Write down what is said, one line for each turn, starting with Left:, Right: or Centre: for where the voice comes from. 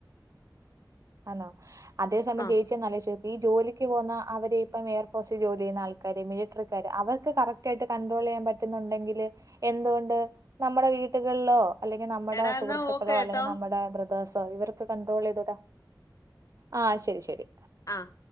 Right: ആണോ അതേ സമയം
Left: ആ
Right: ചേച്ചി ചേച്ചി ഒന്ന് ആലോചിച്ച് നോക്കിയേ ഈ ജോലിക്ക് പോകുന്ന അവരെ ഇപ്പം എയർ ഫോഴ്സിൽ ജോലി ചെയ്യുന്ന ആൾക്കാര് മിലിറ്ററിക്കാര് അവർക്ക് കറക്റ്റ് യിട്ട് കണ്ട്രോൾ ചെയ്യാൻ പറ്റുന്നുണ്ടെങ്കിൽ എന്തുകൊണ്ട് നമ്മുടെ വീട്ടുകളിലോ അല്ലെങ്കിൽ നമ്മുടെ
Left: എടാ
Right: സുഹൃത്തുക്കളോ
Left: എന്നാ ഓക്കെ
Right: അല്ലെങ്കിൽ
Left: ട്ടോ
Right: നമ്മുടെ ബ്രദേേഴ്സോ ഇവർക്ക് കണ്ടട്രോൾ ചെയ്ത് കൂടേ ആ ശരി ശരി
Left: ആഹ്